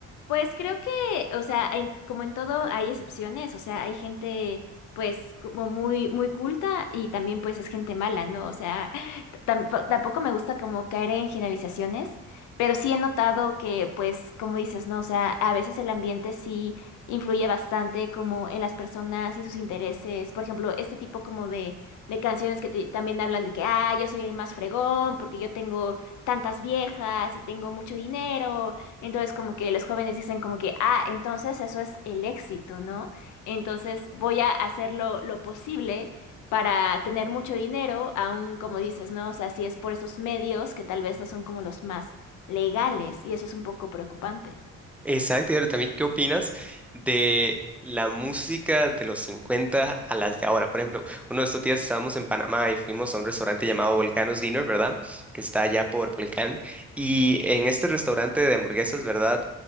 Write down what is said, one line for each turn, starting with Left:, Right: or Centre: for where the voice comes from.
Left: Pues creo que, o sea, en- como en todo hay excepciones, o sea, hay gente pues como muy muy culta y también pues es gente mala, ¿no? O sea, <laughs> tampo- tampoco me gusta como caer en generalizaciones, pero sí he notado que pues como dices, ¿no? O sea, a veces el ambiente sí influye bastante como en las personas y sus intereses, por ejemplo, este tipo como de, de canciones que te- también hablan de que, ah, yo soy el más fregón porque yo tengo tantas viejas y tengo mucho dinero. Entonces, como que los jóvenes dicen como que, ah, entonces eso es el éxito, ¿no? Entonces voy a hacer lo, lo posible para tener mucho dinero, aún como dices, ¿no? O sea, si es por esos medios que tal vez no son como los más legales, y eso es un poco preocupante.
Centre: Exacto, y ahora también, ¿qué opinas de la música de los 50 a las de ahora? Por ejemplo, uno de estos días estábamos en Panamá y fuimos a un restaurante llamado Volcano's Dinner, ¿verdad? Que está allá por Volcán. Y en este restaurante de hamburguesas, ¿verdad?